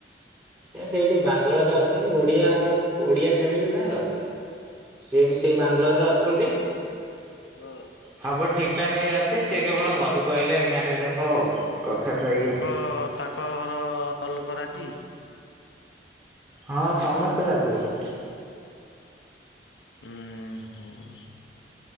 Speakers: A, on the right; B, on the left.
A: ସେ ସେଇଠି ବାଙ୍ଗଲୋର ରେ ଅଛନ୍ତି, ଓଡିଆ ଘର ଓଡିଆ ଫ୍ୟାମିଲି ତାର। ସିଏ ବି ସେଇ ବାଙ୍ଗାଲୋରରେ ଅଛନ୍ତି।
B: ହଁ।
A: ହବ ଠିକ୍ ଠାକ୍ ହେଇ ଅଛି ସେ କେବଳ ଘରକୁ ଆସିଲେ ମ୍ୟାରେଜ ହବ ଆଉ କଥା ତ ଏଇଆ।
B: ହଁ ତା ଙ୍କ ଘର ଲୋକ ରାଜି।
A: ହଁ ସମସ୍ତେ ରାଜି ଅଛନ୍ତି।
B: ଉ ହଁ